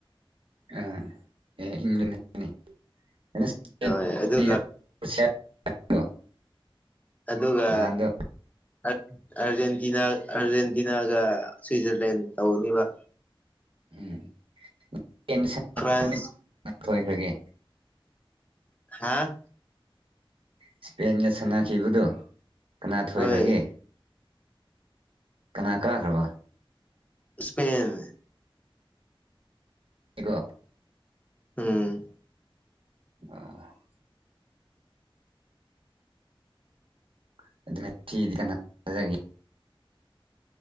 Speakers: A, on the right; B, on the left.
A: <unintelligible> <inaudible>
B: ꯍꯣꯏ ꯑꯗꯨꯒ ꯑꯗꯨꯒ
A: ꯅꯍꯥꯟꯗꯣ
B: ꯑꯔ-ꯑꯥꯔꯖꯦꯟꯇꯤꯅꯥ ꯑꯥꯔꯖꯦꯟꯇꯤꯅꯥꯒ ꯁ꯭ꯋꯤꯖꯔꯂꯦꯟ ꯇꯧꯅꯤꯕ꯫
A: ꯎꯝ <unintelligible>
B: ꯐ꯭ꯔꯥꯟꯁ
A: ꯑ ꯐꯣꯏ ꯐꯣꯏꯒꯦ
B: ꯍꯥꯥ
A: ꯏꯁꯄꯦꯟꯒ ꯁꯥꯟꯅꯈꯤꯕꯗꯨ ꯀꯅꯥ ꯊꯣꯏꯈ꯭ꯔꯒꯦ
B: ꯍꯣꯏ
A: ꯀꯅꯥ ꯀꯥꯈ꯭ꯔꯕ
B: ꯏꯁꯄꯦꯦꯟ
A: ꯏꯀꯣ
B: ꯎꯝ
A: <inaudible> <unintelligible>